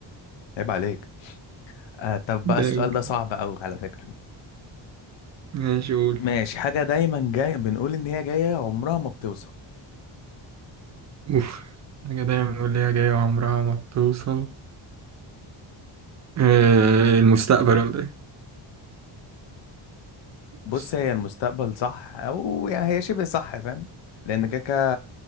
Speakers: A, on the left; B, on the right.
A: عيب عليك آه طب
B: جامد
A: بقى السؤال ده صعب قوي على فكرة
B: ماشي قول
A: ماشي حاجة دايما جاي بنقول ان هي جاية عمرها ما بتوصل
B: اوف حاجة دايما نقول ليها جاية عمرها ما بتوصل آه المستقبل ولا ايه؟
A: بص
B: بس.
A: هي المستقبل صح او يعني هي شبه صح فاهم لان كده كده